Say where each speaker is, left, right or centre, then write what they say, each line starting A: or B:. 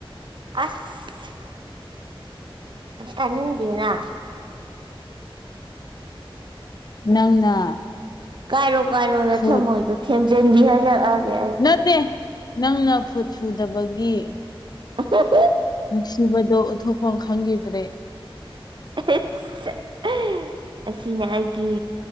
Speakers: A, on the right (about 55°); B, on the left (about 45°).
A: ꯑꯁ ꯇꯥꯅꯤꯡꯗꯦꯅ
B: ꯅꯪꯅ
A: ꯀꯥꯏꯔꯣ ꯀꯥꯏꯔꯣꯅ ꯅꯊꯝꯃꯣꯏꯗꯣ
B: ꯐꯨꯠ
A: ꯊꯦꯝꯖꯤꯟꯕꯤꯍꯜꯂꯛꯑꯒꯦ ꯑꯩ
B: ꯅꯠꯇꯦ ꯅꯪꯅ ꯐꯣꯠ ꯁꯨꯗꯕꯒꯤ
A: ꯑꯍ
B: ꯅꯨꯡꯁꯤꯕꯗꯣ <unintelligible> ꯈꯪꯈꯤꯗ꯭ꯔꯦ
A: <unintelligible> ꯑꯁꯤꯅꯦ ꯑꯩꯒꯤ